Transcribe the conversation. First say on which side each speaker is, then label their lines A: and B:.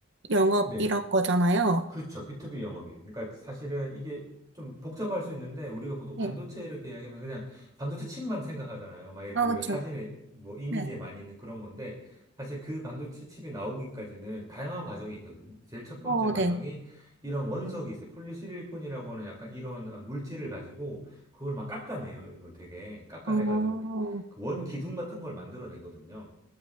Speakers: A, on the right; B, on the right.
A: 영업이란
B: 네.
A: 거잖아요.
B: 그렇죠. B2B 영업이에요. 그러니까 사실은 이게 좀 복잡할 수 있는데 우리가 보통 반도체
A: 네.
B: 이렇게 이야기하면 그냥 반도체 칩만 생각하잖아요. 막 이렇게
A: 아,
B: 우리가
A: 그쵸.
B: 사진에 뭐 이미지에
A: 네.
B: 많이 있는 그런 건데 사실 그 반도체 칩이 나오기까지는 다양한 과정이 있거든요. 제일 첫 번째
A: 어,
B: 과정이
A: 네.
B: 이런 원석이 있어요. 폴리시리콘이라고 하는 약간 이런 물질을 가지고 그걸 막 깎아내요. 이걸 되게 깎아내가지고
A: 어,
B: 그 원 기둥 같은 걸 만들어내거든요.